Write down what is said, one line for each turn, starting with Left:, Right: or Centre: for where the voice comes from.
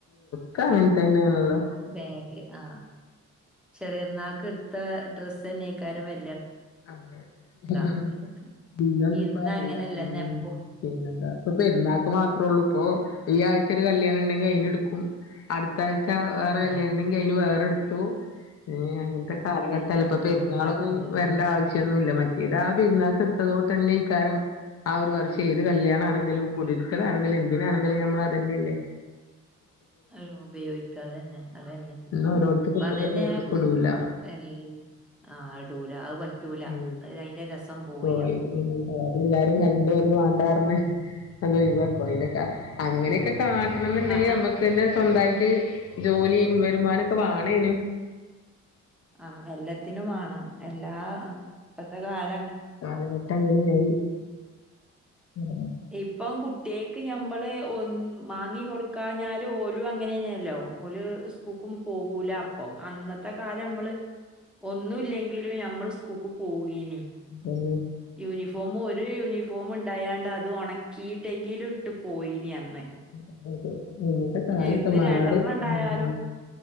Left: പപ്പൊ അങ്ങതന്നെയാണല്ലോ
Centre: ബേഗ് ആ ചെറിയ പെരുന്നാക്ക് എടുത്ത ഡ്രസ്സ് തന്നെക്കാരം വലിയ
Left: അതെ ഹ് ഹ്
Centre: അങ്ങനൊക്കെ
Left: ഹ് ഹ് ഇന്നപ്പ
Centre: ഇന്നങ്ങനെല്ല
Left: അതല്ല ഉം
Centre: ഇന്നെപ്പോ
Left: പിന്നെന്താ ഇപ്പ പെരുന്നാൾക്ക് മാത്രേ ഉള്ളൂ ഇപ്പോ ഈ ആഴ് <unintelligible> കല്യാണം ഉണ്ടങ്കി അയിന് എടുക്കും അടുത്താഴ് ച്ച വേറെ വല്യാണ്ടങ്കി
Centre: ആഹ്
Left: അതിന് വേറെടു ട്ടു ഏഹ് അങ്ങനെ ത്തെ കാലഘട്ടല്ലെ
Centre: അതന്നെ
Left: ഇപ്പ പെരുന്നാളൊന്നും
Centre: എല്ലാ സംഗതി
Left: വര
Centre: ആഹ്
Left: ന്നുല്ല മറ്റേത് ആ പെരുന്നാക്ക് എടുത്തതുട്ട് തന്നെ ഇക്കാരം ആ ഒരു വർഷം ഏത് കല്യാണ ആണെങ്കിലും കുടിരിക്കല് ആണെങ്കിലും എന്തിനാണെങ്കിലും നമ്മൾ അത് തന്നെല്ലേ.
Centre: ആ ഉപയോഗിക്കതെ തന്നെ അത് തന്നെ
Left: ഇന്ന് ഓരോടത്ത്ക്ക്
Centre: അപ്പ
Left: ഇട്ടത്
Centre: അതന്നെ
Left: ഓരോടത്ത്ക്ക്
Centre: ഇസ്കൂ
Left: ഇടൂല
Centre: എല്ല ആ ഇടൂല അത് പറ്റൂല
Left: ഉം
Centre: അത് അയിന്റെ രസം
Left: പോയി
Centre: അപ്പൊ
Left: പിന്നെന്താ അത് എല്ലാരും
Centre: ഉം.
Left: കണ്ട അത് വേണ്ടാറ് അതെ അതൊഴിവാക്കും അതിലൊക്കെ അങ്ങനെയൊക്കെ കാട്ടണം എന്നുണ്ടെങ്കി
Centre: ആ
Left: നമ്മുക്ക്
Centre: ആ
Left: തന്നെ സ്വന്തമായിട്ട് ജോലിയും വരുമാനം ഒക്കെ വാണെനും.
Centre: ആഹ് എല്ലാത്തിനും വേണം എല്ലാ അ ഇപ്പത്തെ കാല
Left: കാലഘട്ടം അങ്ങനായി. ഉം
Centre: ഇപ്പം കുട്ടിയെക്ക് ഞമ്മള് ഒന്ന് വാങ്ങി കൊടുക്കാഞ്ഞാല് ഓല് അങ്ങനെല്ലോ ഓല് ഇസ്കൂക്കും പോകൂല അപ്പൊ അന്നത്തെ കാലം നമ്മള്. ഒന്നുല്ലങ്കിലും ഞമ്മള് സ്കൂ കൂക്ക് പോകീനി.
Left: അതന്നെ
Centre: യൂണിഫോമ് ഒരു യൂണിഫോമ് ഉണ്ടായാണ്ട് അത് ഉണക്കിയിട്ടെങ്കിലും ഇട്ട് പോയി നി അന്ന്.
Left: അതെ ഇന്നത്തെ കാലൊക്കെ
Centre: ഇന്ന്
Left: മാറി
Centre: രണ്ടെണ്ണം ഉണ്ടായാലും
Left: ഉം ഉം